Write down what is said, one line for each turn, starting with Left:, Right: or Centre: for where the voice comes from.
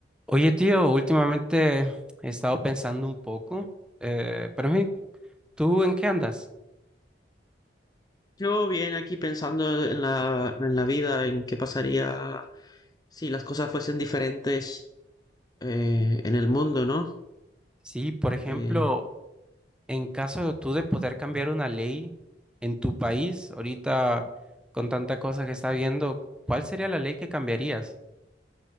Centre: Oye, tío, últimamente he estado pensando un poco, eh, pero en fin, ¿tú en qué andas?
Left: Yo bien aquí pensando en la, en la vida, en qué pasaría si las cosas fuesen diferentes eh, en el mundo, ¿no?
Centre: Sí, por ejemplo,
Left: Eh,
Centre: en caso de tú de poder cambiar una ley en tu país, ahorita con tanta cosa que está habiendo, ¿cuál sería la ley que cambiarías?